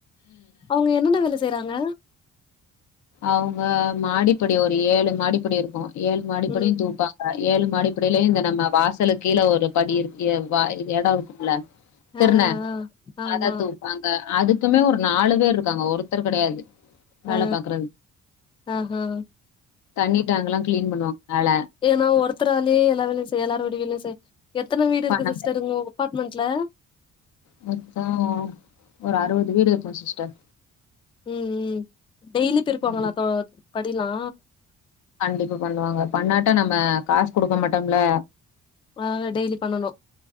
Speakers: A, on the left (about 20°); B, on the left (about 70°).
A: அவ்ங்க என்னென்ன வேல செய்றாங்க
B: அவ்ங்க மாடிப்படி ஒரு ஏழு மாடிப்படிருக்கு ஏழு மாடிப்படியு
A: ம்
B: தூப்பாங் ஏழு மாடிப்பலயு இந்த நம்ம வாசலுக் கீழ ஒரு படி இருக் எ வ எடருக்குல்ல
A: ஆ
B: துர்ன
A: ஆ ஆ ஆமா
B: அத தூப்பாங்க அதுக்குமே ஒரு நாலு பேர் இருக்காங்க ஒருத்தர் கெடையாது வேல
A: ஆ
B: பாக்குறது
A: ஆஹா
B: தண்ணி டேங்கலா க்ளீன் பண்ணுவாங்க மேல
A: ஏனா ஒருத்தராளே எல்லா வேலயு செய்யலார் வீடுவிலயு செய் எத்தன வீடு இருக்கு
B: பண்ணல
A: சிஸ்டர் உங்க அப்பார்ட்மெண்ட்ல
B: மொத்தோ ஒரு அறுவது வீடு இருக்கு சிஸ்டர்
A: ம் ம் டெய்லி பெருக்வாங்களா
B: ம்.
A: தொ படிலா
B: கண்டிப்பா பண்ணுவாங்க பண்ணாட்டா நம்ம காஸ் குடுக்க மாட்டோம்ல
A: அதனால டெய்லி பண்ணணு